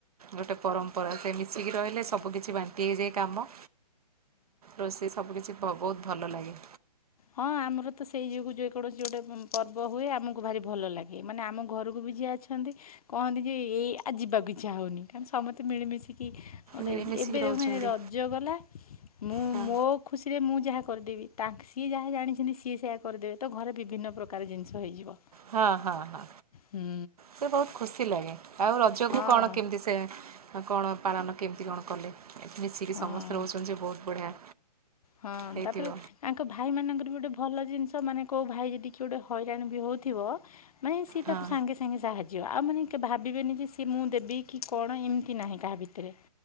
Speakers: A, on the right; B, on the left.
A: ଗୋଟେ ପରମ୍ପରା ସେ ମିଶିକି ରହିଲେ ସବୁକିଛି ବାଣ୍ଟି ହେଇଯାଏ କାମ। ରୋଷେଇ ସବୁ କିଛି ଭ ବହୁତ ଭଲ ଲାଗେ।
B: ହଁ ଆମର ତ ସେଇ ଯୋଗୁ ଯେକୌଣସି ଗୋଟେ ପର୍ବ ହୁଏ ଆମକୁ ଭାରି ଭଲ ଲାଗେ ମାନେ ଆମ ଘରକୁ ବି ଯିଏ ଆସେ ଅଛନ୍ତି କହନ୍ତି ଯେ ଏଇ ଆ ଯିବାକୁ ଇଚ୍ଛା ହେଉନି କାହିଁକି ସମସ୍ତେ ମିଳିମିଶିକି ଗୋଟେ
A: ମିଳିମିଶିକି
B: ଏବେ
A: ରହୁଛନ୍ତି
B: ଦେଖୁନାଁହାନ୍ତି ରଜ ଗଲା ମୁଁ
A: ହଁ
B: ମୋ ଖୁସିରେ ମୁଁ ଯାହା କରିଦେବି ତାଙ୍କ ସିଏ ଯାହା ଜାଣିଛନ୍ତି ସିଏ ସେୟା କରିଦେବେ ତ ଘରେ ବିଭିନ୍ନ ପ୍ରକାର ଜିନିଷ ହେଇଯିବ।
A: ହଁ ହଁ ହଁ
B: ହୁଁ
A: ସେ ବହୁତ ଖୁସି ଲାଗେ ଆଉ ର ଜକୁ
B: ହଁ
A: କଣ କେମିତି ସେ କଣ ପାଳନ କେମିତି କଣ କଲେ? ଏଠି ମିଶିକି
B: ହଁ।
A: ସମସ୍ତେ ରହୁଛନ୍ତି ଯେ ବହୁତ ବଢ଼ିଆ
B: ହଁ
A: ହେଇଥିବ
B: ତାପରେ ତାଙ୍କ ଭାଇମାନଙ୍କର ବି ଗୋଟେ ଭଲ ଜିନିଷ ମାନେ କେଉଁ ଭାଇ ଯଦି କିି ଗୋଟେ ହଇରାଣ ବି ହେଉଥିବ ମାନେ ସୀଏ
A: ହଁ
B: ତାକୁ ସାଙ୍ଗେ ସା ସାଙ୍ଗେ ସାହାଯ୍ୟ ଆଉ ମାନେ ଭାବିବେନି ଯେ ସିଏ ମୁଁ ଦେବି କି କଣ ଏମିତି ନାହିଁ କାହା ଭିତରେ।